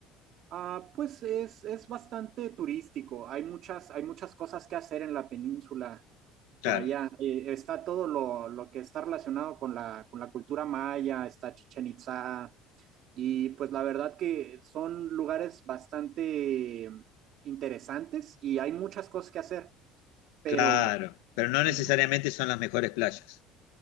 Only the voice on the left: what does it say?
Claro,
claro, pero no necesariamente
son las mejores playas.